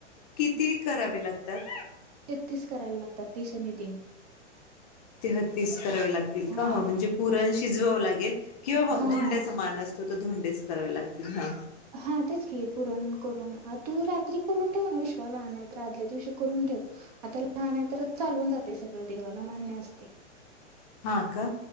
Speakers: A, on the left; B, on the right.
A: किती करावे लागतात.
B: तेहतीस करायला लागतात तीस आणि तीन.
A: तेहतीस करावे लागतील
B: हा
A: का म्हणजे पुरण शीजवाव लागेल किंवा
B: हा
A: धोंड्याचा
B: हा
A: मान असतो तो तर धोंडेच करावे लागतील ना
B: हा तेच की पुरण करून तू रात्री करून ठेव ना वा लहान आहे तर आदल्या दिवशी करून ठेव आता लहान आहे तरच चालून जाते सगळ देवाला मान्य असते
A: हा का